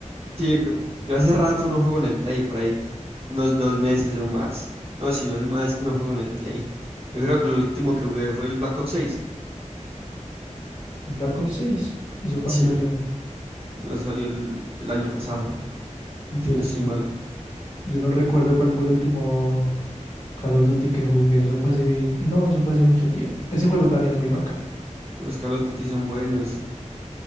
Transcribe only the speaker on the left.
El Black Ops 6, ¿Hizo cuándo
salió?
Uy,
yo, el-
yo no recuerdo cuál fue el último Call of Duty que jugué, eso fue hace... No, eso fue hace mucho tiempo. Ese juego también es muy bacano.